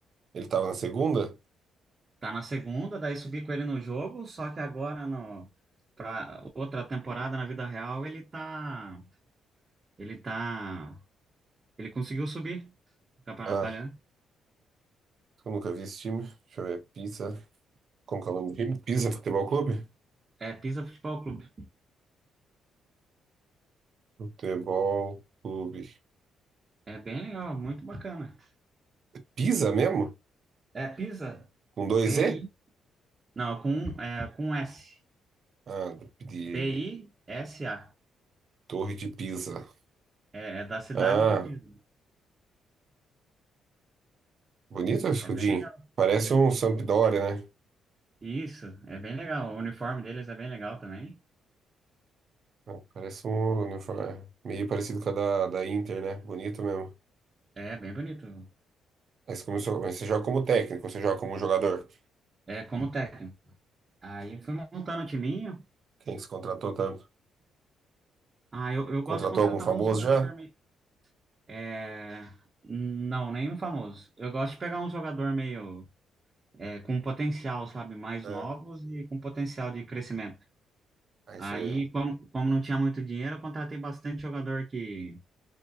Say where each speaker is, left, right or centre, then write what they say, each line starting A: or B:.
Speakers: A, on the right (about 50°); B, on the right (about 30°).
A: Ele tava na segunda?
B: Tá na segunda, daí subi com ele no jogo, só que agora no para outra temporada na vida real, ele tá ele tá ele conseguiu subir no Campeonato
A: Ah,
B: Italiano.
A: eu nunca vi esse time. Deixa eu ver. Pisa. Como que é o nome do time? Pisa Futebol Clube?
B: É Pisa Futebol Clube.
A: Futebol Clube.
B: É bem legal, muito bacana.
A: Pisa mesmo?
B: É Pisa
A: Com dois
B: PI,
A: E?
B: não, com é com S.
A: Ah, de
B: P-I-S-A.
A: Torre de Pisa.
B: É, é da cidade
A: Ah,
B: de Pisa.
A: Bonito o escudinho.
B: É bem legal.
A: Parece um Sampdoria, né?
B: Isso, é bem legal. O uniforme deles é bem legal também.
A: É, Parece um uniforme é, meio parecido com a da, da Inter, né? Bonito mesmo.
B: É bem bonito.
A: Aí você começou, mas você joga como técnico, você joga como jogador.
B: É como técnico. Aí fui montando o time
A: Quem que você contratou tanto?
B: Ah, eu, eu
A: Contratou
B: gosto de contratar
A: algum famoso
B: um jogador
A: já?
B: meio. É... Não, nenhum famoso. Eu gosto de pegar um jogador meio é, com potencial, sabe? Mais
A: É.
B: novos e com potencial de crescimento.
A: Aí
B: Aí,
A: você.
B: como, como não tinha muito dinheiro, eu contratei bastante jogador que,